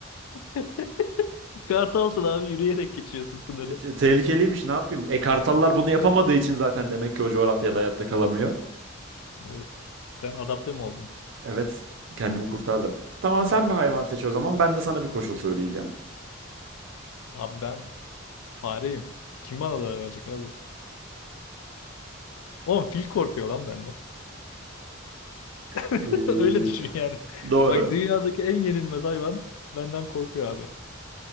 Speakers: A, on the left; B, on the right.
A: <laughs> Kartalsın abi yürüyerek geçiyorsun sınırı.
B: E, te- tehlikeliymiş ne yapayım? E kartallar bunu yapamadığı için zaten demek ki o coğrafyada hayatta kalamıyor.
A: Evet. Sen adapte mi oldun?
B: Evet kendimi kurtardım. Tamam sen bir hayvan seç o zaman ben de sana bir koşul söyleyeceğim.
A: Abi ben fareyim. Kim bana zarar verecek abi? Oğlum fil korkuyor lan benden. <laughs>
B: Ee,
A: Öyle düşün yani.
B: Doğru.
A: Bak dünyadaki en yenilmez hayvan benden korkuyor abi.